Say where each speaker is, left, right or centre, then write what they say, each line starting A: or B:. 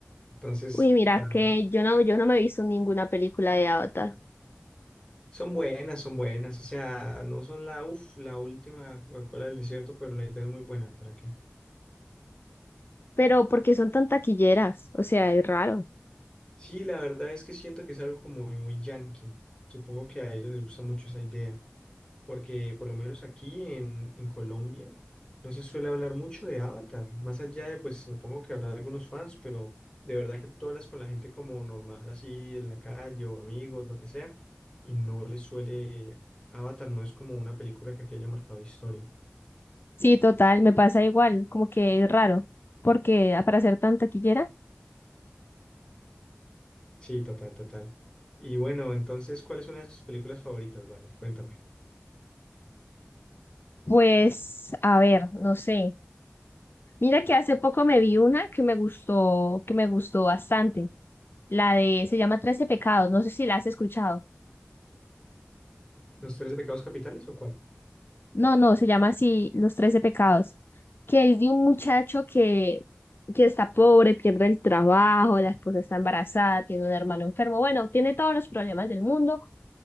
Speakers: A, on the left; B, on the left.
A: Entonces,
B: Uy, mira
A: para mí,
B: que yo no, yo no me he visto ninguna película de Avatar.
A: son buenas, son buenas, o sea, no son la, uf, la última Coca-Cola del desierto, pero la idea es muy buena, ¿para qué?
B: pero porque son tan taquilleras, o sea, es raro.
A: Sí, la verdad es que siento que es algo como muy, muy yankee. Supongo que a ellos les gusta mucho esa idea, porque por lo menos aquí en, en Colombia no se suele hablar mucho de Avatar, más allá de, pues supongo que habrá algunos fans, pero de verdad que tú hablas con la gente como normal, así en la calle o amigos, lo que sea, y no les suele, Avatar no es como una película que aquí haya marcado historia.
B: Sí, total, me pasa igual, como que es raro, porque ah, para ser tan taquillera,
A: Sí, total, total. Y bueno, entonces, ¿cuáles son sus películas favoritas? Vale, cuéntame.
B: pues, a ver, no sé. Mira que hace poco me vi una que me gustó, que me gustó bastante, la de, se llama Trece Pecados, no sé si la has escuchado.
A: ¿Los tres pecados capitales o cuál?
B: No, no, se llama así, Los Trece Pecados, que es de un muchacho que, que está pobre, pierde el trabajo, la esposa está embarazada, tiene un hermano enfermo, bueno, tiene todos los problemas del mundo